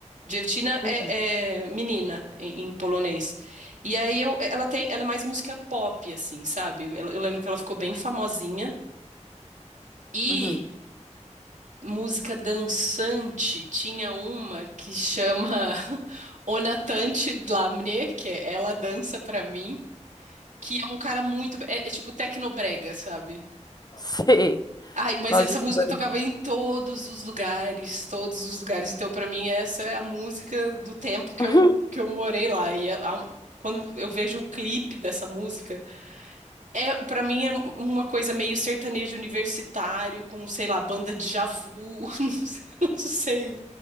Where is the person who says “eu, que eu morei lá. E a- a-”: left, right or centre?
Right